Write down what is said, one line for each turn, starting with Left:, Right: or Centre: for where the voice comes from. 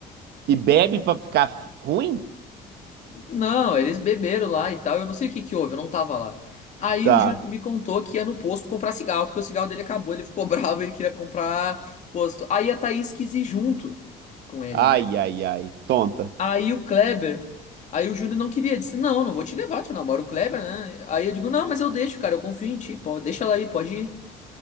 Right: E bebe pra ficar ruim?
Left: Não, eles beberam lá e tal. Eu não sei o que que houve, eu não tava lá. Aí
Right: Tá.
Left: o Júnior me contou que ia no posto comprar cigarro, porque o cigarro dele acabou, ele ficou <laughs> bravo, ele queria comprar posto. Aí a Thaís quis ir junto com ele,
Right: Ai,
Left: né?
Right: ai, ai. Tonta.
Left: Aí o Kleber, aí o Júnior não queria, disse: "Não, não vou te levar, tu namora o Kleber, né?" Aí eu digo: "Não, mas eu deixo, cara, eu confio em ti, pô, deixa ela aí, pode ir."